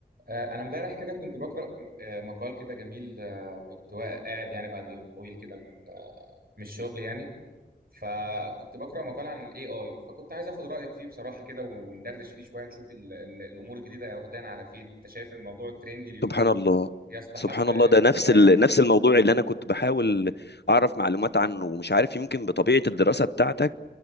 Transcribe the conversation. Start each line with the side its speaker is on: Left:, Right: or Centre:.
Right: آه، انا امبارح كده كنت بقرا آه، مقال كده جميل آه، كنت وا- قاعد يعني بعد يوم طويل كده من آه، من الشغل يعني فكنت بقرا مقال عن الاي اي فكنت عايز اخد رايك فيه بصراحه كده وندردش فيه شويه نشوف ال ال الامور الجديده واخدانا على فين انت شايف الموضوع الترندي اليومين
Left: سبحان
Right: دول
Left: الله
Right: يستحق
Left: سبحان
Right: ان
Left: الله ده نفس
Right: هو يعني
Left: ال... نفس الموضوع اللي انا كنت بحاول اعرف معلومات عنه ومش عارف يمكن بطبيعه الدراسه بتاعتك